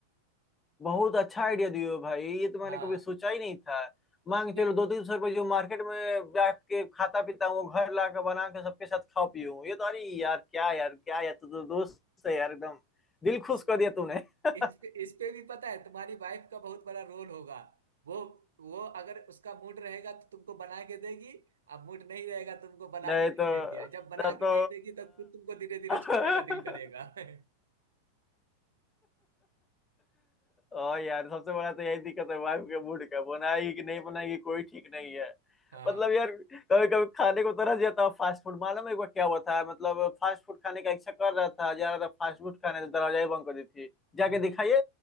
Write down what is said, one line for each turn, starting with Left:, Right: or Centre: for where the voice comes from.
Left: बहुत अच्छा आइडिया दिए हो भाई ये तो मैंने
Right: हाँ
Left: कभी सोचा ही नहीं था
Right: अब
Left: मांग चलो दो तीन सौ रुपये जो मार्केट में बैठ के खाता पीता हूँ वो घर ला के बना के सबके साथ खाओ पीऊँ ये तो अरे यार क्या यार क्या यार तू तो दोस्त है यार एकदम दिल खुश
Right: ये
Left: कर दिया तूने <laughs>
Right: इस पे इस पे भी पता है तुम्हारी वाइफ का बहुत बड़ा रोल होगा वो वो अगर उसका मूड रहेगा तो तुमको बना के देगी अब मूड नहीं रहेगा तो तुमको बना
Left: नहीं
Right: के नहीं
Left: तो
Right: देगी और जब बना
Left: तब
Right: के
Left: तो,
Right: नहीं देगी तो खुद तुमको धीरे धीरे
Left: आ, <laughs>
Right: छूने का दिल करेगा <laughs>
Left: और यार सबसे बड़ा तो यही दिक्कत है वाइफ के मूड का बनाएगी कि नहीं बनाएगी कोई ठीक नहीं है
Right: हाँ
Left: मतलब यार कभी कभी खाने को तरस जाता हूँ फास्ट फूड मालूम है एक बार क्या हुआ था मतलब फास्ट फूड खाने का इच्छा कर रहा था जा रहा था फास्ट फूड खाने तो दरवाजा ही बंद कर दी थी जाके
Right: हम्म
Left: दिखाइए